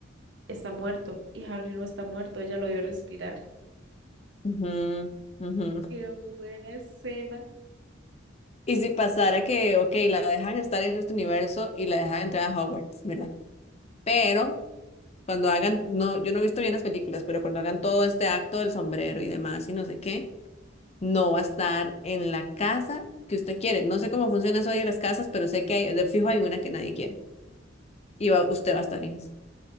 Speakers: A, on the right; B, on the left.
A: está muerto y Harry no está muerto, ella lo vio respirar.
B: Ujú, ujú.
A: Qué buena escena.
B: Y si pasara que, ok, la dejan estar en este universo y la dejan entrar a Hogwarts, ¿verdad? Pero cuando hagan, no, yo no he visto bien las películas, pero cuando hagan todo este acto del sombrero y demás y no sé qué. no va a estar en la casa que usted quiere. No sé cómo funciona eso hoy en las casas, pero sé que hay, de fijo hay una que nadie quiere. Y va- usted va a estar en esa.